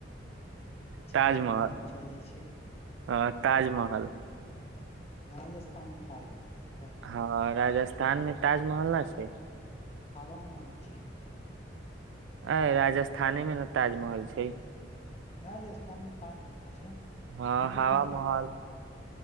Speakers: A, on the right; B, on the left.
A: ताजमहल
B: चलू हमहूँ चलै छै
A: हँ ताजमहल।
B: राजस्थान मे ताजमहल छिका।
A: हँ राजस्थान मे ताजमहल न छै।
B: हवा मान छै ने
A: ऐ राजस्थाने मे न ताजमहल छै।
B: राजस्थानमे ताजमहल छै। कि
A: हँ
B: नई
A: हवा
B: डिल्ली
A: महल
B: मे ताजमहल।